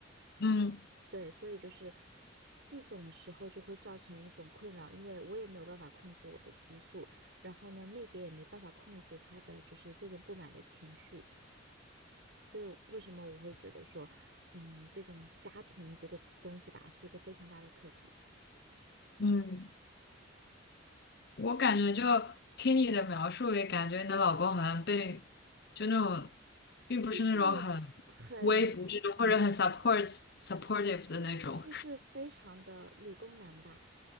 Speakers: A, on the left (about 60°); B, on the right (about 65°).
A: 嗯
B: 对，所以就是这种时候就会造成一种困扰，因为我也没有办法控制我的激素，然后呢，那边也没办法控制他的就是这种不满的情绪。所以为什么我会觉得说，嗯，这种家庭这个东西吧，是一个非常大的课题，
A: 嗯。我感觉就听你的描述里，感觉你的老公好像被就那种，并不是那种很
B: 就是很
A: 无微不至或者很 support supportive 的那种。
B: 就是非常的理工男吧。